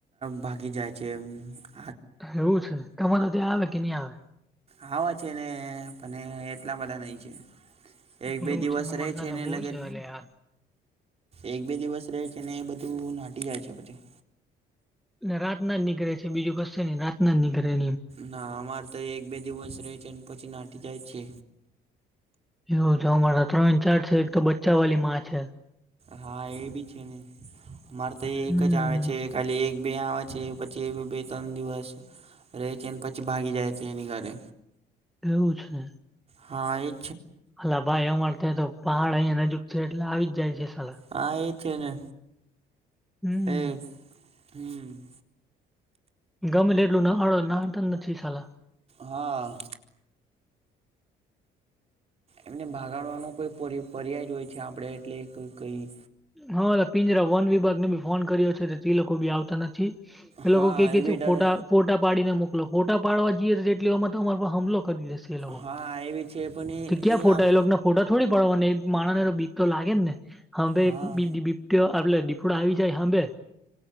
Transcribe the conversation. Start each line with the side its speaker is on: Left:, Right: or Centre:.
Right: ભાગી જાય છે એમ <inaudible>
Centre: એવું છે તમારે ત્યાં આવે કે ની આવે
Right: આવા છે ને પણે એટલા બધા નહીં છે એક બે
Centre: એવું
Right: દિવસ
Centre: છે અમર
Right: રહે
Centre: તા તો
Right: ને
Centre: બહુ
Right: લગે
Centre: છે અલયા
Right: એક બે દિવસ રહે છે ને એ બધું નાટી જાય છે પછી
Centre: રાત ના જ નીકળે છે બીજું કશે ની રાત ના નીક નીકળે
Right: ના અમારે તો એક બે દિવસ રહે છે અને પછી નાઠી જાય છે
Centre: એવું જો અમારા ત્રણ ચાર છે એક તો બચ્ચા વાલી માં છે
Right: હા એ બી છે ને મારે તો એ
Centre: હમ
Right: એક જ આવે છે ખાલી એક બે આવે છે પછી બી બે ત્રણ દિવસ રે છે અને પછી ભાગી જાય છે એની ઘરે
Centre: એવું છે
Right: હા એ
Centre: અલા ભાઈ અમાર ત્યા તો પહાડ અહીયા નજીક છે એટલે આવી જ જાય સાલા છે.
Right: હા એ છે ને.
Centre: હમ.
Right: એ હમ.
Centre: ગમે એટલું નાગડો નાહતા જ નથી સાલા.
Right: હા એમને ભાગાડવાનો કોઈ પર્યાય જ હોય છે આપડે એટલે કઈ.
Centre: હા પિંજરા વન વિભાગને બી ફોન કર્યો છે તે લોકો બી આવતા નથી. એ
Right: હા
Centre: લોકો કે કે
Right: બી
Centre: તું
Right: ડર
Centre: ફોટા ફોટા પાડીને મોકલો ફોટા પાડવા જઈએ એટલે એટલી વાર માં હમલો કરી દેશે એ લોકો
Right: હા એ બી છે પણ
Centre: તો ક્યાં ફોટા
Right: આપ
Centre: એ લોકો ના ફોટા થોડી પાડવાને એક માણસ ને બીક તો લાગે ને હમભે
Right: હા
Centre: બીપયો આપડે દીપોડો આવી જાય હાંભે